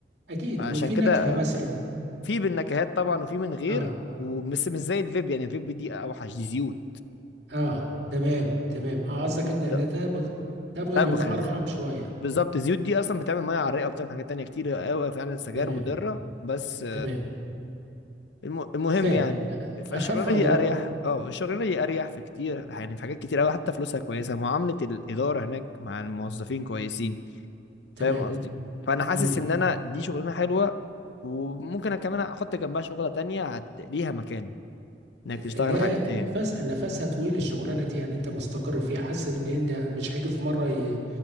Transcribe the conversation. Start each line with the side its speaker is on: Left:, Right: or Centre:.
Right: اكيد
Left: فعشان
Right: وفي
Left: كده
Right: نكهه مثلا
Left: آه، في بالنكهات طبعا وفي من غير
Right: اه
Left: ومش مش زي الفيب يعني الفيب دي أوحش دي زيوت
Right: اه تمام تمام اه قصدك
Left: الزيوت
Right: انت
Left: ده
Right: انا تبغ تبغ
Left: تبغ
Right: بيبقى ارحم شويه
Left: بالظبط الزيوت دي اصلا بتعمل ميه عرقه وبتعمل حاجات تانية كتير قوي فعلا سجاير
Right: تمام
Left: مضره بس
Right: تمام
Left: الم- المهم
Right: فاهم
Left: يعني
Right: أ-
Left: فالشغلانه
Right: اخف اضرار
Left: دي اريح اه الشغلانه دي اريح في كتير يعني في حاجات كتير قوي حتى فلوسها كويسه معامله الاداره هناك مع الموظفين كويسين
Right: تمام
Left: فاهم قصدي فانا حاسس
Right: امم
Left: ان انا دي شغلانه حلوه وممكن أنا كمان احط جنبها شغله تانية هت... ليها مكان انك تشتغل
Right: ليها
Left: حاجتين
Right: النفس نفسها طويل الشغلانه دي يعني انت مستقر فيها حاسس ان انت مش هيجي في مره ي...